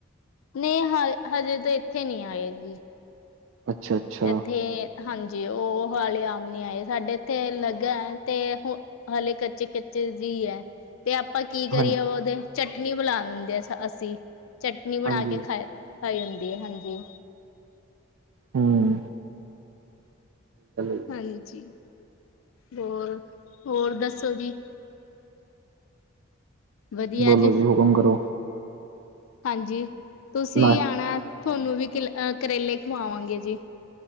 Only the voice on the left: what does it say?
ਨਹੀਂ, ਹਾ ਹਜੇ ਤਾਂ ਇੱਥੇ ਨਹੀਂ ਆਏ ਜੀ।
ਐਥੇ ਹਾਂਜੀ, ਉਹ ਵਾਲੇ ਅਮ ਨੀ ਆਏ, ਸਾਡੇ ਇੱਥੇ ਲਗਾ ਤੇ ਹਲੇੇ ਕੱਚੇ-ਕੱਚੇ ਜੀ ਹੈ। ਤੇ ਆਪਾਂ ਕੀ ਕਰੀਏ,
ਉਹਦੇ ਚਟਨੀ ਬਨਾ ਦਿੰਦੇ ਆ ਅਸੀਂ। ਚਟਨੀ ਬਣਾ
ਕੇ ਖਾਈ ਜਾਂਦੀ ਹੈ, ਹਾਂਜੀ।
ਹਾਂਜੀ, ਹੋਰ, ਹੋਰ ਦੱਸੋ ਜੀ? ਵਦੀਆ
ਜੀ।
ਹਾਂਜੀ, ਤੁਸੀਂ
ਆਣਾ, ਤੁਹਾਨੂੰ ਵੀ ਕੱਲ ਅ ਕਰੇਲੇ ਖਵਾਵਾਂਗੇ ਜੀ।